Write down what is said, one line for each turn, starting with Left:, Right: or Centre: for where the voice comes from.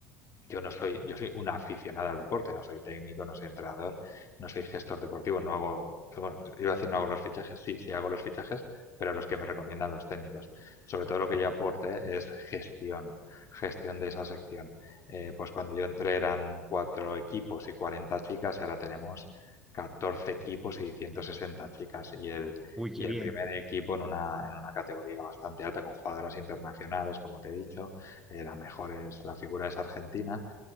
Left: yo no soy, yo soy una aficionada al deporte, no soy técnico, no soy entrenador, no soy gestor deportivo, no hago, bueno, iba a decir no hago los fichajes, sí, sí hago los fichajes, pero los que me recomiendan los técnicos. Sobre todo lo que yo aporte es gestión, gestión de esa sección. Eh, pues cuando yo entré eran cuatro equipos y 40 chicas y ahora tenemos 14 equipos y 160 chicas y el,
Centre: Uy, qué
Left: y el
Centre: bien,
Left: primer equipo en una, en una categoría bastante alta con jugadoras internacionales, como te he dicho, eh, la mejor es, la figura es argentina